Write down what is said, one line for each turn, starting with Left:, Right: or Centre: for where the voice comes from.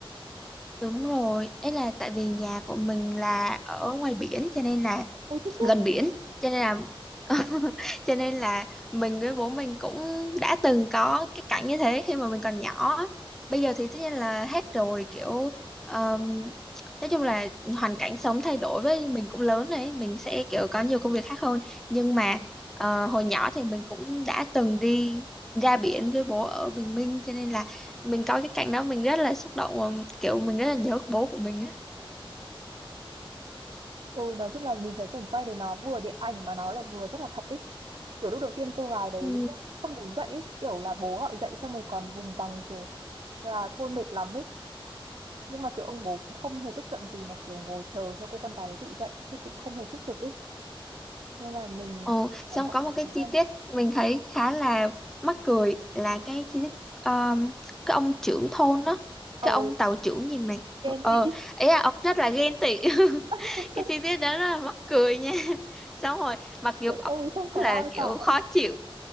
Centre: Đúng rồi, ấy là tại vì nhà của mình là ở ngoài biển cho nên là
Right: Ôi thích thế.
Centre: gần biển cho nên là <laughs> cho nên là mình với bố mình cũng đã từng có cái cảnh như thế khi mà mình còn nhỏ á. bây giờ thì tất nhiên là hết rồi kiểu um, nói chung là hoàn cảnh sống thay đổi với mình cũng lớn đấy mình sẽ kiểu có nhiều công việc khác hơn nhưng mà ờ, hồi nhỏ thì mình cũng đã từng đi ra biển với bố ở Bình Minh cho nên là mình có cái cảnh đó mình rất là xúc động và kiểu mình rất là nhớ bố của mình á
Right: Ừ, nói chung là mình thấy cảnh quay đấy nó vừa điện ảnh mà nó lại vừa rất là thật ấy. Kiểu lúc đầu tiên cô gái đấy
Centre: Ừ.
Right: không muốn dậy ấy. Kiểu là bố gọi dậy xong rồi còn vùng vằng kiểu là thôi mệt lắm ấy. Nhưng mà kiểu ông bố cũng không hề tức giận gì mà kiểu ngồi chờ cho cô con gái đấy tự dậy chứ cũng không hề thúc giục ấy. nên là mình
Centre: Ồ,
Right: cũng
Centre: xong
Right: cảm quan
Centre: có
Right: thấy
Centre: một cái
Right: khá
Centre: chi
Right: hay
Centre: tiết mình thấy khá là mắc cười là cái chi tiết um, cái ông trưởng thôn đó,
Right: Ồ,
Centre: cái ông tàu trưởng gì mà
Right: ghen
Centre: ờ
Right: tị
Centre: ý là ông rất là ghen tị. <laughs>
Right: <laughs>
Centre: Cái chi tiết đó rất là mắc cười nha. <laughs> Xong rồi mặc dù
Right: kiểu
Centre: ông
Right: ôi không có
Centre: là
Right: ai
Centre: kiểu
Right: cả
Centre: khó
Right: ấy.
Centre: chịu.